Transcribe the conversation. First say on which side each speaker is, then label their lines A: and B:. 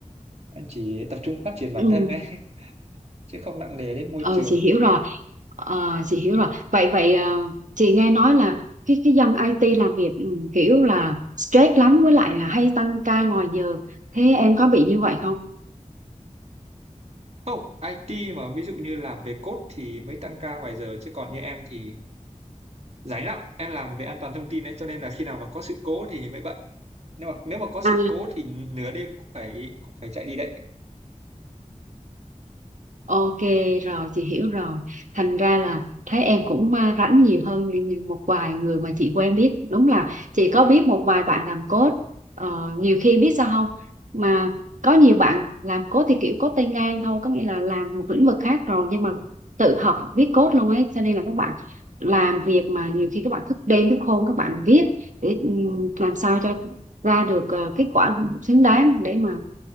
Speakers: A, on the right; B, on the right.
A: em chỉ tập trung phát triển bản
B: ừ.
A: thân đấy <laughs> chứ không nặng nề đến môi
B: Ờ
A: trường
B: chị hiểu rồi. Ờ, chị hiểu rồi. Vậy vậy ờ, chị nghe nói là cái cái dân IT làm việc ừ, kiểu là stress lắm với lại là hay tăng ca ngoài giờ. Thế em có bị như vậy không?
A: không IT mà ví dụ như làm về code thì mới tăng ca ngoài giờ chứ còn như em thì rảnh lắm em làm về an toàn thông tin đấy cho nên là khi nào mà có sự cố thì mới bận nhưng mà nếu mà có sự
B: À.
A: cố thì nửa đêm cũng phải cũng phải chạy đi đấy
B: Ok rồi chị hiểu rồi thành ra là thấy em cũng à, rảnh nhiều hơn như- như một vài người mà chị quen biết đúng là chị có biết một vài bạn làm code Ờ, nhiều khi biết sao không mà có nhiều bạn làm code thì kiểu code tay ngang thôi có nghĩa là làm một lĩnh vực khác rồi nhưng mà tự học viết code luôn ấy cho nên là các bạn làm việc mà nhiều khi các bạn thức đêm thức hôm các bạn viết để ừ, làm sao cho ra được ờ, kết quả xứng đáng để mà